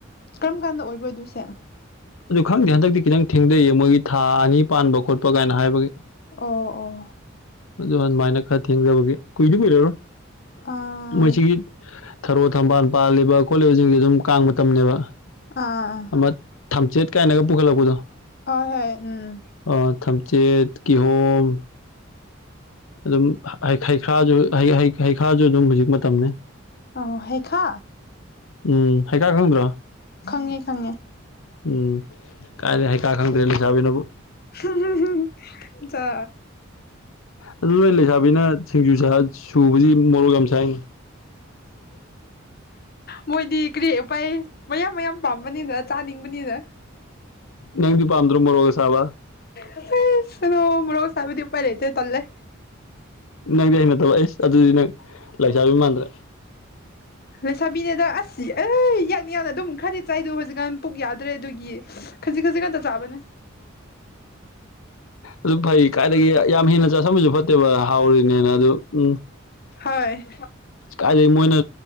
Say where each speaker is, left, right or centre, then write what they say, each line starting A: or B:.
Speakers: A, on the left; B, on the left.
A: ꯀꯔꯝ ꯀꯥꯟꯗ ꯑꯣꯏꯕꯗꯨꯁꯦ
B: ꯑꯗꯨ ꯈꯪꯗꯦ ꯍꯟꯗꯛꯇꯤ ꯈꯤꯇꯪ ꯊꯦꯡꯗꯩꯌꯦ ꯃꯣꯏꯒꯤ ꯊꯥ ꯑꯅꯤ ꯄꯥꯟꯕ ꯈꯣꯠꯄ ꯒꯥꯏꯅ ꯍꯥꯏꯕꯒꯤ
A: ꯑꯣ ꯑꯣ
B: ꯑꯗꯨ ꯑꯗꯨꯃꯥꯏꯅ ꯈꯔ ꯊꯦꯡꯗꯕꯒꯤ ꯀꯨꯏꯗꯤ ꯀꯨꯏꯔꯔꯣꯏ
A: ꯑꯥ
B: ꯃꯣꯏꯁꯤꯒꯤ ꯊꯔꯣ ꯊꯝꯕꯥꯜ ꯄꯥꯜꯂꯤꯕ ꯈꯣꯠꯂꯤꯕꯁꯤꯡꯁꯦ ꯑꯗꯨꯝ ꯀꯥꯡ ꯃꯇꯝꯅꯦꯕ
A: ꯑ ꯑ ꯑ
B: ꯑꯃ ꯊꯝꯆꯦꯠ ꯀꯥꯏꯅꯒ ꯄꯨꯈꯠꯂꯛꯄꯗꯣ
A: ꯑ ꯍꯣꯏ ꯎꯝ
B: ꯑ ꯊꯝꯆꯦꯠ ꯀꯤꯍꯣꯝ ꯑꯗꯨꯝ ꯍꯩꯈ꯭ꯥꯁꯨ ꯍꯩ ꯍꯩ ꯍꯩꯈꯥꯁꯨ ꯑꯗꯨꯝ ꯍꯧꯖꯤꯛ ꯃꯇꯝꯅꯤ
A: ꯑ ꯍꯩꯈꯥ
B: ꯎꯝ ꯍꯩꯈꯥ ꯈꯪꯗ꯭ꯔꯣ
A: ꯈꯪꯉꯦ ꯈꯪꯉꯦ
B: ꯎꯝ ꯀꯥꯏꯗꯩ ꯍꯩꯈꯥ ꯈꯪꯗ꯭ꯔꯦ ꯂꯩꯁꯥꯕꯤꯅꯕꯨ
A: ꯍꯨꯡ ꯍꯨꯡ ꯍꯨꯡ ꯍꯨꯡ ꯆꯥ
B: ꯑꯗꯨ ꯅꯣꯏ ꯂꯩꯁꯥꯕꯤꯅ ꯁꯤꯡꯖꯨ ꯆꯥ‌ ꯁꯨꯕꯁꯤ ꯃꯣꯔꯣꯛ ꯌꯥꯝ ꯁꯥꯏꯅꯤ
A: ꯃꯣꯏꯗꯤ ꯀꯔꯤ ꯎꯄꯥꯏ ꯃꯌꯥꯝ ꯃꯌꯥꯝ ꯄꯥꯝꯕꯅꯤꯅ ꯆꯥꯅꯤꯡꯕꯅꯤꯅ
B: ꯅꯪꯗꯤ ꯄꯥꯟꯗ꯭ꯔꯣ ꯃꯔꯣꯛ ꯑꯁꯥꯕ
A: ꯑꯁ ꯑꯗꯣ ꯃꯣꯔꯣꯛ ꯁꯥꯕꯗꯤ ꯎꯄꯥꯏ ꯂꯩꯇꯦ ꯇꯜꯂꯦ
B: ꯅꯪꯗꯤ ꯍꯩꯅꯗꯕ ꯑꯩꯁ ꯑꯗꯨꯗꯤ ꯅꯪ ꯂꯩꯁꯥꯕꯤ ꯃꯥꯟꯗ꯭ꯔꯦ
A: ꯂꯩꯁꯥꯕꯤꯅꯦꯗ ꯑꯁ ꯑ ꯌꯥꯛꯅ ꯌꯥꯛꯅ ꯑꯗꯨꯝ ꯈꯔꯗꯤ ꯆꯥꯏꯗꯣ ꯍꯧꯖꯤꯛꯀꯥꯟ ꯄꯨꯛ ꯌꯥꯗ꯭ꯔꯦ ꯑꯗꯨꯒꯤ ꯈꯖꯤꯛ ꯈꯖꯤꯛ ꯈꯛꯇ ꯆꯥꯕꯅꯦ
B: ꯑꯗꯨ ꯐꯩ ꯀꯥꯏꯗꯒꯤ ꯌꯥꯝ ꯍꯦꯟꯅ ꯆꯥꯁꯟꯕꯁꯨ ꯐꯠꯇꯦꯕ ꯍꯥꯎꯔꯤꯅꯦꯅ ꯑꯗꯨ ꯎꯝ
A: ꯍꯥꯏ
B: ꯀꯥꯏꯗꯩ ꯃꯣꯏꯅ